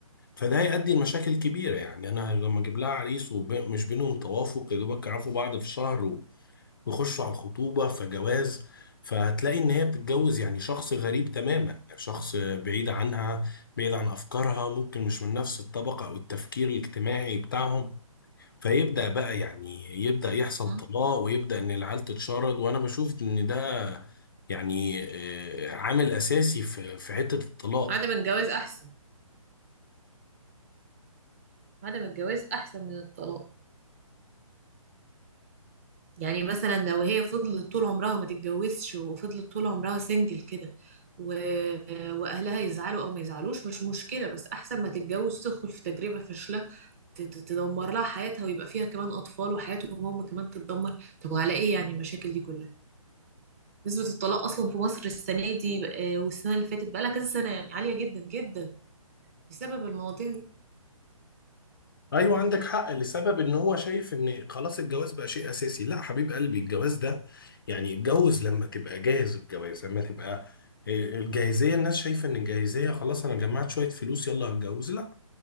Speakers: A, on the left (about 40°); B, on the right (about 25°).
A: فده هيؤدي لمشاكل كبيرة يعني أنا لما أجيب لها عريس ومش بينهم توافق يا دوبك يعرفوا بعض في شهر ويخشوا على الخطوبة فجواز فهتلاقي ان هي بتتجوز يعني شخص غريب تماما شخص بعيد عنها بعيد عن افكارها ممكن مش من نفس الطبقة او التفكير الاجتماعي بتاعهم فيبدأ بقى يعني يبدأ يحصل
B: م?
A: طلاق ويبدأ ان العيال تتشرد وانا بشوف ان ده يعني آه، عامل اساسي في في حتة الطلاق
B: عدم الجواز أحسن عدم الجواز أحسن من الطلاق يعني مثلا لو هي فضلت طول عمرها ما تتجوزش وفضلت طول عمرها سنجل كده و... وأهلها يزعلوا أو ما يزعلوش مش مشكلة بس أحسن ما تتجوز تدخل في تجربة فاشلة تت- تدمر لها حياتها ويبقى فيها كمان أطفال وحياتهم هم كمان تتدمر طب وعلى إيه يعني المشاكل دي كلها نسبة الطلاق أصلا في مصر السنة دي آه، والسنة اللي فاتت بقالها كذا سنة يعني عالية جدا جدا بسبب المواضيع دي
A: ايوه عندك حق لسبب ان هو شايف ان خلاص الجواز بقى شيء اساسي لا حبيب قلبي الجواز ده يعني اتجوز لما تبقى جاهز الجواز لما تبقى آه، الجاهزيه الناس شايفه ان الجاهزيه خلاص انا جمعت شويه فلوس يلا هتجوز لا